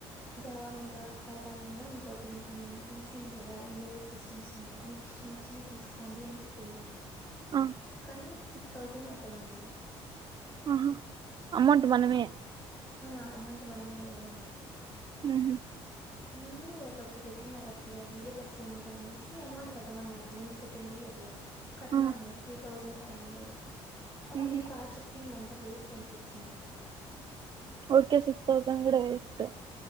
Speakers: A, on the left; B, on the right.
A: జావా మీద, పైతాన్ మీద, ఇంకోటి ఇంకా మేము ఇ సి ఇ గదా ఎంబ్రాయిడెడ్ సిస్టమ్స్ మీద మీకు ఇష్టం. వచ్చింది తీసుకోండి, అని చెప్పిన్నారు.
B: ఆ
A: కానీ సిక్స్ థౌజండ్ కట్టమన్నారు.
B: ఊహా అమౌంట్ మనమే.
A: ఆ అమౌంట్ మనమే ఇవ్వమన్నారు.
B: ఊహు
A: ముందు ఒకటి పెట్టినారట్లె విఎల్ఎస్ఏ మీద అనేసి అమౌంట్ కట్టమన్నారు, ముందు సెకండ్ ఇయర్ లో. కట్నాము,
B: ఆ
A: త్రీ థౌజండ్ ఫైవ్ హండ్రెడ్ అప్పుడేం
B: ఉహు
A: బాగా చెప్పిందంతా వేస్ట్ అనిపి. చింది.
B: ఓకే సిక్స్ తౌసండ్ కూడా వేస్ట్.